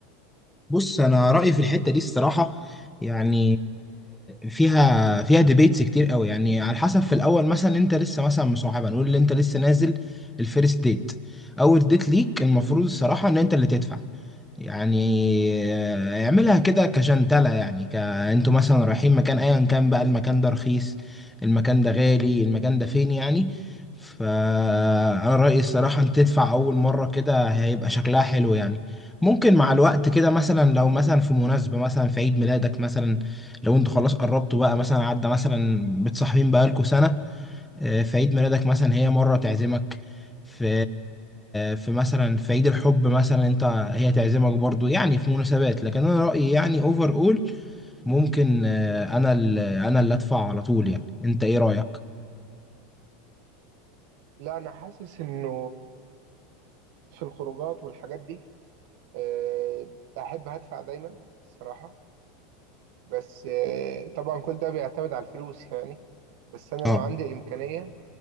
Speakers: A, in the centre; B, on the right.
A: بص انا رايي في الحته دي الصراحه يعني فيها فيها ديبيتس كتير قوي يعني على حسب في الاول مثلا انت لسه مثلا مصاحبه نقول ان انت لسه نازل الفيرست ديت اول ديت ليك المفروض الصراحه ان انت اللي تدفع يعني آه، اعملها كده كجنتلة يعني ك... انتوا مثلا رايحين مكان ايا كان بقى المكان ده رخيص المكان ده غالي المكان ده فين يعني فانا رأيي الصراحة انت تدفع اول مرة كده هيبقى شكلها حلو يعني ممكن مع الوقت كده مثلا لو مثلا في مناسبة مثلا في عيد ميلادك مثلا لو انتوا خلاص قربتوا بقى مثلا عدى مثلا بتصاحبين بقالكوا سنة آه، في عيد ميلادك مثلا هي مرة تعزمك في في مثلا في عيد الحب مثلا انت هي تعزمك برضو يعني في مناسبات لكن انا رأيي يعني اوفر اول ممكن آه، انا اللي انا اللي ادفع على طول يعني انت ايه رأيك؟
B: لا انا حاسس انه في الخروجات والحاجات دي آه احب هدفع دايما الصراحه بس آه طبعا كل ده بيعتمد على الفلوس يعني بس انا
A: اه
B: لو عندي امكانيه